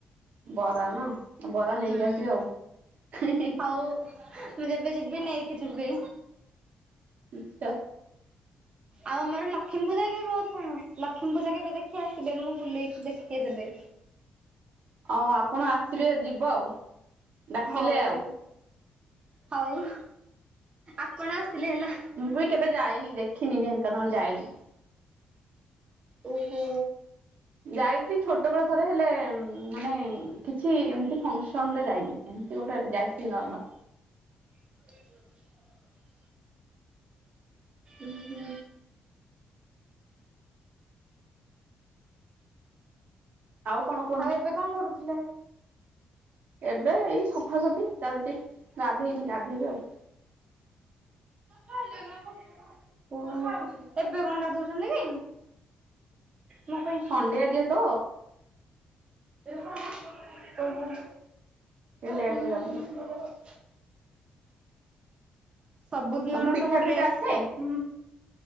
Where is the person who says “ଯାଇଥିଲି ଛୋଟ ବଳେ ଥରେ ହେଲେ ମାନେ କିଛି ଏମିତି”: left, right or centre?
Right